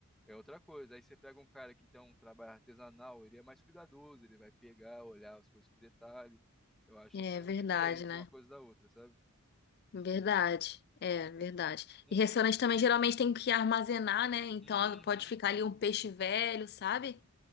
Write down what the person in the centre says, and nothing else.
é outra coisa. Aí você pega um cara que tem um trabalho artesanal, ele é mais cuidadoso, ele vai pegar, olhar as coisas com detalhe. Eu acho
que é
diferente
uma coisa da outra, sabe?
Hum,
uhum.